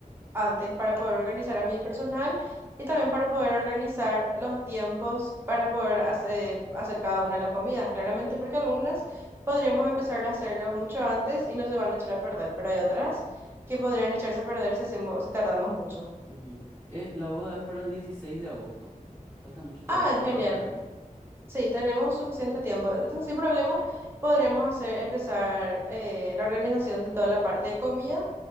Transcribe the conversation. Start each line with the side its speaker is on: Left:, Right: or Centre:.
Right: antes para poder organizar a mi personal y también para poder organizar los tiempos para poder hacer, hacer cada una de las comidas, claramente porque algunas podríamos empezar a hacerlos mucho antes y no se van a echar a perder, pero hay otras que podrían echarse a perder si hacemos, si tardamos mucho.
Left: ujú. Eh, la boda es para el 16 de agosto. Falta mucho todavía,
Right: Ah,
Left: creo
Right: genial.
Left: que va a estar bien.
Right: Sí, tenemos suficiente tiempo. Entonces, sin problema, podríamos hacer, empezar eh, la organización de toda la parte de comida.